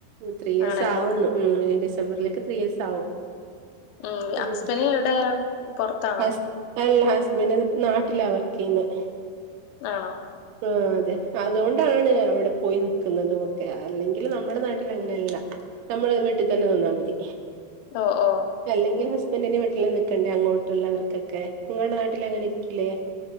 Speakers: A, on the right; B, on the left.
A: ത്രീ ഇയേർസ്
B: ആണല്ലോ
A: ആവുന്നു. ഉം ഡിസംബറിലേക്ക് ത്രീയേഴ്സ് ആവും.
B: ആഹ്
A: ഉം
B: ഹസ്ബന് എവിടെ പൊർത്താണോ?
A: ഹസ് അല്ല ഹസ്ബൻഡ് നാട്ടിലാ വർക്കയ്യ്ന്നേ.
B: ആണോ?
A: ആ അതെ അതൊണ്ടാണ് അവിടെ പോയി ന്ന്ക്ക്ന്നൊത് ഒക്കെ അല്ലെങ്കിൽ നമ്മുടെ നാട്ടിൽ അങ്ങനെല്ല. നമ്മള് വീട്ട് തന്നെ നിന്നാ മതി.
B: ഓ ഓ
A: എല്ലെങ്കിൽ ഹസ്ബൻഡറിന്റെ വീട്ട്ലാ നിക്കണ്ടേ അങ്ങോട്ടുള്ളവർക്കൊക്കെ. നിങ്ങടെ നാട്ടിൽ അങ്ങനെ ഇരിക്കില്ലേ?